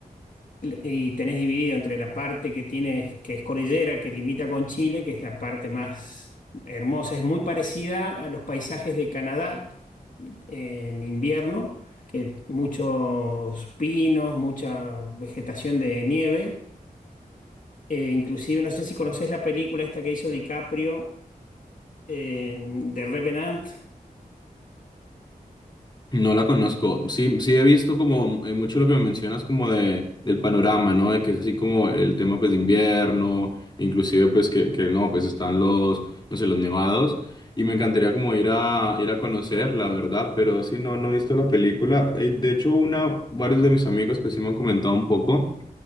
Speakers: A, on the left; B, on the left.
A: y tenés dividido entre la parte que tiene, que es cordillera, que limita con Chile, que es la parte más hermosa, es muy parecida a los paisajes de Canadá en invierno, que muchos pinos, mucha vegetación de nieve. Eh, inclusive, no sé si conocés la película esta que hizo DiCaprio, eh, de Revenant,
B: No la conozco. Sí, sí he visto como eh, mucho lo que me mencionas como de del panorama, ¿no? De que es así como el tema pues de invierno, inclusive pues que, que no, pues están los, no sé, los nevados. Y me encantaría como ir a ir a conocer, la verdad, pero sí no, no he visto la película. Eh, de hecho, una, varios de mis amigos pues sí me han comentado un poco.